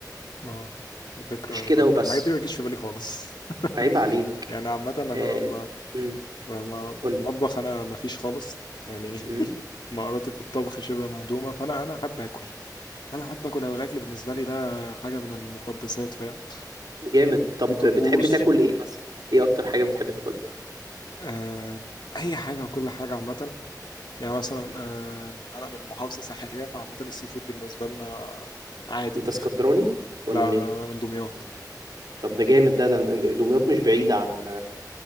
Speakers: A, on the left; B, on the right.
A: اه دي فكرة
B: مش كده
A: لا، ده
B: وبس
A: الحاجات دي ما بتجيش في بالي خالص <laughs>
B: عيب عليك
A: يعني عامة انا لما
B: آه. امم
A: لما في
B: قول لي
A: المطبخ انا ما فيش خالص يعني
B: امم
A: <laughs> مهاراتي في الطبخ شبه مهدومة فانا انا احب اكل انا احب اكل أوي الاكل بالنسبة لي ده حاجة من المقدسات فاهم
B: جامد طب
A: ليه طقوس
B: بتحب تاكل ايه مثلا ايه اكتر حاجه بتحب تاكلها
A: آه، اي حاجه وكل حاجه عامه يعني مثلا آه، انا من محافظه ساحليه فعامه السي فود بالنسبه لنا عادي
B: انت اسكندراني ولا
A: لا
B: منين
A: انا من دمياط
B: طب ده جامد ده, ده دمياط مش بعيده عن